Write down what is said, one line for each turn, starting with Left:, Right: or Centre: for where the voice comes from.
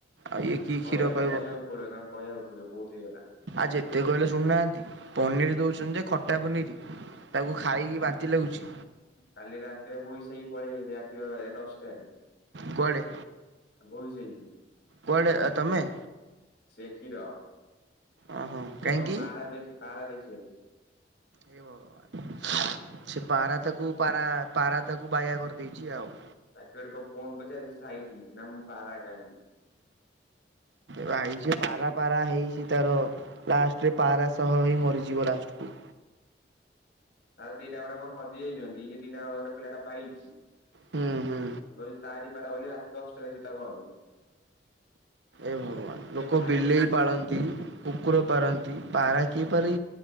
Right: ଆଉ ଇଏ କି କ୍ଷୀର
Left: କହିବା
Right: କହିବ
Left: କହିବାକୁ ପଡିବ ତାମକୁ କହିବାକୁ ପଡିବ ବହୁତ ହେଇଗଲା।
Right: ଆ ଯେତେ କହିଲେ ଶୁଣୁନାହାନ୍ତି ପନିର ଦଉଛନ୍ତି ଯେ ଖଟା ପନିର। ତାକୁ ଖାଇକି ବାନ୍ତି ଲାଗୁଛି।
Left: କାଲି ରାତିରେ ଭୋଇ ସାଇ ପଳେଇ ଯାଇଛି ରାତି ଦଶଟା ରେ।
Right: କୁଆଡ଼େ?
Left: ଆଉ ଭୋଇ ସାଇକି।
Right: କୁଆଡେ ତମେ?
Left: ସେ କ୍ଷୀର
Right: ଓହୋ
Left: ଗୋଟେ
Right: କାହିଁକି?
Left: କଣ ପାରା ଦେଖି ପାରା ଦେଖି ଆଛି।
Right: ହେ ଭଗବାନ ସେ ପାରା ତାକୁ ପାରା ପାରା ତାକୁ ବାୟା କରିଦେଇଛି ଆଉ।
Left: ତାକୁ ଆଡ କ ଫୋନ କରିଛି ଆ ସାଇଠିକି ନା ମୁଁ ପାରା କାହିଁନି।
Right: ବାଇଛି ପାରା ପାରା ହେଇଛି ତାର ଲାଷ୍ଟରେ ପାରା ସହ ହିଁ ମରିଯିବ ଲାଷ୍ଟକୁୁ।
Left: ତାଲେ ଦିଟା ଗୋଟେ କଣ ହଜି ଯାଇଛନ୍ତି ଇଏ ଦିଟା ଗୋଟେ ପିଲାଟା ପାଇଛି।
Right: ହୁଁ ହୁଁ
Left: ଏ ତାରି ପାରା ବୋଲି ରାତି ଦଶଟାରେ ଯଛି ତା ଘରେ।
Right: ଏ ଭଗବାନ
Left: ସିଏ
Right: ଲୋକ
Left: ଖାଇ
Right: ବିଲେଇ
Left: ବସି
Right: ପାଳନ୍ତି କୁକୁର ପାରନ୍ତି ପାରା କିଏପାର